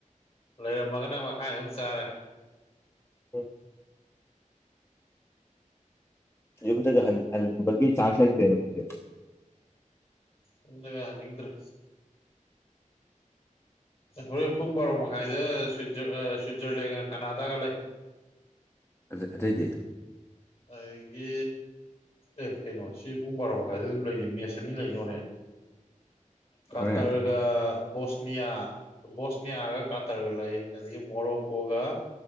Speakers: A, on the left; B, on the left.
A: ꯂꯩꯔꯝꯃꯒꯅ ꯃꯈꯥꯏ ꯑꯗꯨꯝ ꯆꯥꯔꯦ
B: ꯍ <unintelligible> ꯌꯨꯝꯗ ꯍꯟꯕꯒꯤ ꯆꯥꯟꯁ ꯂꯩꯇꯔꯦꯕ ꯑꯗꯨꯗꯤ
A: ꯌꯨꯝꯗꯒ ꯍꯟꯅꯤꯡꯗ꯭ꯔꯦ ꯍꯣꯔꯦꯟ ꯄꯨꯡ ꯕꯥꯔꯣ ꯃꯈꯥꯏꯗ ꯁ꯭ꯋꯠꯖꯔꯂꯦꯟ ꯀꯅꯥꯗꯒ ꯂꯩ
B: ꯑꯇꯩ ꯑꯇꯩꯗꯤ
A: ꯑꯩꯒꯤ ꯑꯦ ꯀꯩꯅꯣ ꯁꯤ ꯄꯨꯡ ꯕꯥꯔꯣ ꯃꯈꯥꯏꯗ ꯑꯗꯨꯝ ꯂꯩꯅꯤ ꯃꯦꯁ ꯑꯅꯤ ꯂꯩꯅꯦ ꯍꯣꯔꯦꯟ ꯀꯥꯇꯔꯒ
B: ꯍꯣꯔꯦꯟ
A: ꯕꯣꯁꯅꯤꯌꯥ ꯕꯣꯁꯅꯤꯌꯥꯒ ꯀꯥꯇꯔꯒ ꯂꯩ ꯑꯗꯒꯤ ꯃꯣꯔꯣꯛꯀꯣꯒ